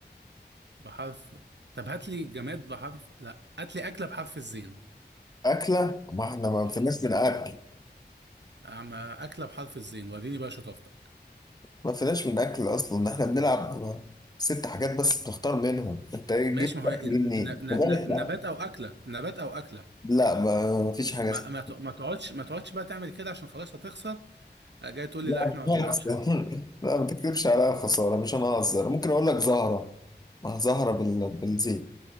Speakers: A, on the right; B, on the left.
A: بحرف طب هات لي جماد بحرف لا هات لي أكلة بحرف الزين
B: أكلة ما احنا ما
A: اه
B: فيناش من أكل
A: أعمل أكلة بحرف الزين وريني بقى شطارتك
B: ما فيناش من أكل أصلا احنا بنلعب ست حاجات بس بنختار منهم أنت إيه جبت
A: ماشي ما هو
B: أكل
A: طب ن-
B: دي منين؟
A: ن-
B: لغاية
A: ن- ن-
B: لا
A: نبات أو أكلة نبات أو أكلة
B: لا ما ما فيش حاجة
A: ما
B: اسمها
A: ما ت- ما تقعدش ما تقعدش بقى تعمل كده عشان خلاص هتخسر جاي تقول
B: لا
A: لي لا احنا
B: مش
A: ما بنلعبش
B: ههزر
A: أكل
B: <laughs> لا ما تكتبش عليا خسارة مش أنا ههزر ممكن أقول لك زهرة ما هي زهرة بال... بالزيت